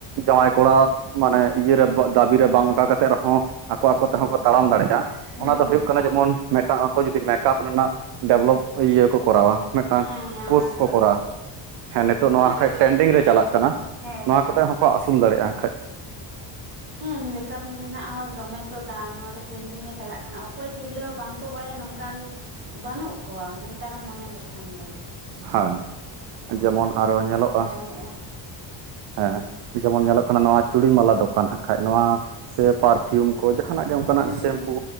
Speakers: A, on the right (about 55°); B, on the right (about 25°).
A: ᱡᱟᱶᱟᱭ ᱠᱚᱲᱟ ᱢᱟᱱᱮ ᱤᱭᱮ ᱨᱮ ᱫᱟᱹᱵᱤ ᱨᱮ ᱵᱟᱝ ᱟᱠᱟ ᱠᱟᱛᱮᱜ ᱨᱮᱦᱚᱸ ᱟᱠᱚ ᱟᱠᱚ
B: ᱦᱩᱸ
A: ᱛᱮᱦᱚᱸ ᱠᱚ ᱛᱟᱲᱟᱢ
B: ᱦᱩᱸ
A: ᱫᱟᱲᱮᱭᱟᱜ ᱟ,
B: ᱦᱩᱸ
A: ᱚᱱᱟ ᱫᱚ ᱦᱩᱭᱩᱜ
B: ᱦᱩᱸ
A: ᱠᱟᱱᱟ ᱡᱮᱢᱚᱱ, ᱢᱤᱫᱴᱟᱝ ᱟᱠᱚ ᱡᱩᱫᱤ ᱢᱮᱠᱟᱯ ᱨᱮᱱᱟᱜ ᱰᱮᱵᱷᱞᱚᱯ ᱤᱭᱟᱹ ᱠᱚ ᱠᱚᱨᱟᱣᱟ᱾ ᱢᱤᱫᱴᱟᱝ
B: ᱦᱮᱸ ᱦᱮᱸ
A: ᱠᱳᱨᱥ
B: ᱚᱱᱟ
A: ᱠᱚ
B: ᱫᱚ
A: ᱠᱚᱨᱟᱣᱟ, ᱦᱮᱸ ᱱᱤᱛᱚᱜ ᱱᱚᱣᱟ ᱴᱨᱮᱱᱰᱤᱝ ᱨᱮ ᱪᱟᱞᱟᱜ ᱠᱟᱱᱟ
B: ᱦᱮᱸ ᱮᱠᱫᱚᱢ
A: ᱱᱚᱣᱟ ᱠᱚᱛᱮ ᱦᱚᱸᱠᱚ ᱟᱹᱥᱩᱞ ᱫᱟᱲᱮᱜᱼᱟ ᱠᱷᱟᱡ,
B: ᱦᱮᱸ ᱢᱨᱮᱠᱟᱯ ᱨᱮᱱᱟᱜ ᱦᱚᱸ ᱫᱚᱢᱮ ᱛᱚ ᱫᱟᱢ, ᱱᱚᱣᱟ ᱫᱚ ᱴᱨᱮᱱᱰᱤᱝ ᱨᱮ ᱪᱟᱞᱟᱜ ᱠᱟᱱᱟ᱾ ᱚᱠᱚᱭ ᱛᱤᱨᱞᱟᱹ ᱦᱚᱸ ᱵᱟᱝᱠᱚ ᱵᱟᱲᱟᱭᱟ ᱱᱚᱝᱠᱟᱱ ᱵᱟᱹᱱᱩᱜ ᱠᱚᱣᱟ ᱱᱮᱛᱟᱨᱮᱢ ᱢᱚᱱᱮ ᱞᱮᱠᱷᱟᱱ ᱫᱚ᱾
A: ᱦᱚᱭ ᱡᱮᱢᱚᱱ ᱟᱨᱚ ᱧᱮᱞᱚᱜᱼᱟ
B: ᱮᱜ-ᱟ,
A: ᱦᱮᱸ ᱡᱮᱢᱚᱱ ᱧᱮᱞᱚᱜ ᱠᱟᱱᱟ ᱱᱚᱣᱟ ᱪᱩᱲᱤ ᱢᱟᱞᱟ ᱫᱚᱠᱟᱱ ᱦᱟᱸᱜᱠᱷᱟᱡ ᱱᱚᱣᱟ ᱥᱮ, ᱯᱟᱨᱯᱷᱤᱭᱩᱢ ᱠᱚ, ᱡᱟᱦᱟᱱᱟᱜ ᱜᱮ ᱚᱱᱠᱟᱱᱟᱜ
B: ᱦᱩᱸ
A: ᱥᱮᱢᱯᱩ
B: ᱦᱩᱸ